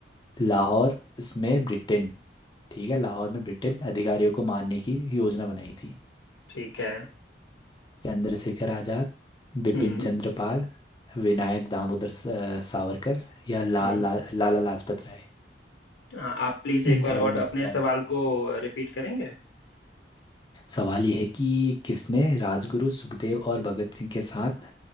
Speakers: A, on the left; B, on the left.
A: लाहौर इसमें ब्रिटेन ठीक है लाहौर में ब्रिटेन अधिकारियों को मारने की योजना बनाई थी
B: ठीक है
A: चंद्रशेखर आजाद बिपिन
B: हम्म
A: चंद्र पाल विनायक दामोदर स- अ, सावरकर या लाल
B: हम्म
A: ला, लाला लाजपत राय
B: आ- आप प्लीज
A: इन
B: एक बार
A: चारों
B: और
A: में
B: अपने
A: से कौन
B: सवाल
A: सा
B: को रिपीट करेंगे
A: सवाल यह है कि किसने राजगुरु सुखदेव और भगत सिंह के साथ